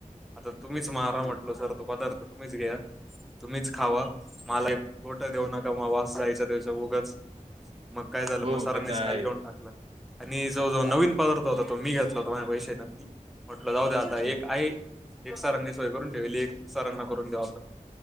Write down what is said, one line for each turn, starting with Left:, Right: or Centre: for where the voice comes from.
Centre: आता तुम्हीच मारा म्हटलो सर तो पदार्थ तुम्हीच घ्या तुम्हीच खावा मला एक गोठं देऊ नका म वास जायचं त्याचं उगच काय झालं
Right: हो
Centre: मसाारांनीच
Right: ते तर आहे
Centre: काल घेऊन टाकला आणि जो जो
Right: बाप
Centre: नवीन पदार्थ हो तो मी घेतला होताो माझ्या पैश म्हटलं जाऊ द्या आता
Right: अच्छा
Centre: एक
Right: अच्छा
Centre: आ एक सरांनी सोय करून ठेवाली एक सरांना करून द्याऊ आपण